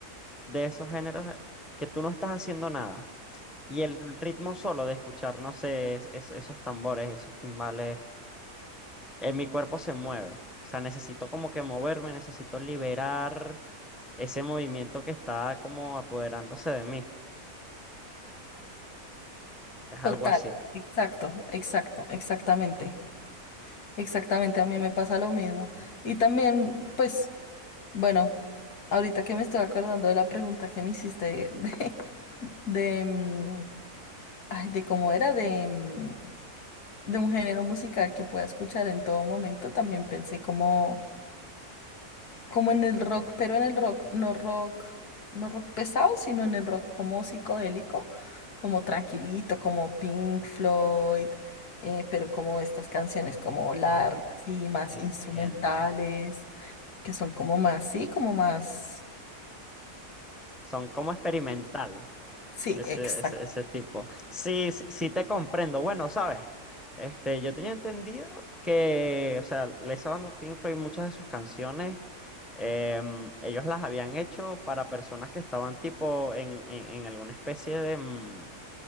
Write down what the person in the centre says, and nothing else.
de esos géneros que tú no estás haciendo nada. Y el ritmo solo de escuchar, no sé, es- es- esos tambores, esos timbales, en mi cuerpo se mueve. O sea, necesito como que moverme, necesito liberar ese movimiento que está como apoderándose de mí. Es
algo así.
Oh,
entiendo.
Son como experimental,
ese,
ese, ese tipo. Sí, sí, sí te comprendo. Bueno, sabes, este, yo tenía entendido que, o sea, esa banda Pink Floyd, muchas de sus canciones, em, ellos las habían hecho para personas que estaban tipo en, en, en alguna especie de, mm,